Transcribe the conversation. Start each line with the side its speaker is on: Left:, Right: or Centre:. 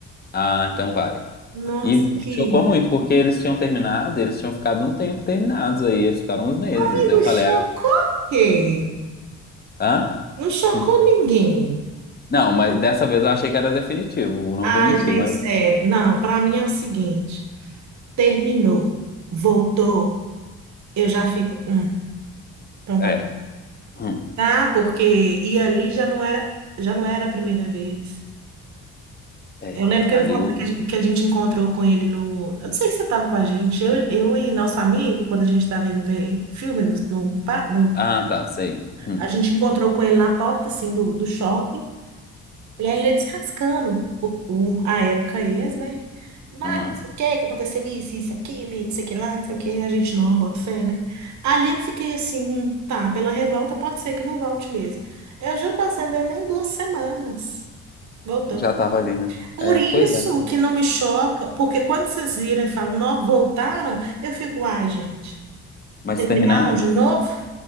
Left: Ah, então vai.
Right: Nossa,
Left: E me
Right: que.
Left: chocou muito, porque eles tinham terminado, eles tinham ficado um tempo terminados aí, eles ficaram uns meses.
Right: Amigo,
Left: Eu falei,
Right: chocou quem?
Left: ah,
Right: Não chocou
Left: hã?
Right: ninguém.
Left: Não, mas dessa vez eu achei que era definitivo, não
Right: Ai,
Left: vou mentir,
Right: gente,
Left: mas
Right: sério. Não, pra mim é o seguinte: terminou, voltou, eu já fico. Hum, então
Left: é.
Right: tá bom.
Left: Hum,
Right: Tá? Porque e ali já não era, já não era a primeira vez.
Left: É.
Right: Eu lembro que
Left: Ali
Right: eu encontrei,
Left: o.
Right: que a gen- que a gente encontrou com ele no. Eu não sei se você estava com a gente, eu, eu e nosso amigo, quando a gente estava indo ver filme no, no, pa- no-
Left: Ah, tá, sei. Hum,
Right: A gente encontrou com ele na porta, assim, do, do shopping. E aí ele descascando o, o- a época ex, né? Mas,
Left: Aham.
Right: não sei o que, que aconteceu isso, isso, aquilo, e não sei o que lá, não sei o que, a gente não bota fé, né? Ali eu fiquei assim, hum, tá, pela revolta pode ser que não volte mesmo. Eu juro pra você, não deu nem duas semanas. Voltou.
Left: Já tava ali, né?
Right: Por
Left: É,
Right: isso
Left: pois é.
Right: que não me choca, porque quando vocês viram e falam, não, voltaram, eu fico, ai, gente,
Left: Mas
Right: terminaram
Left: terminaram?
Right: de novo?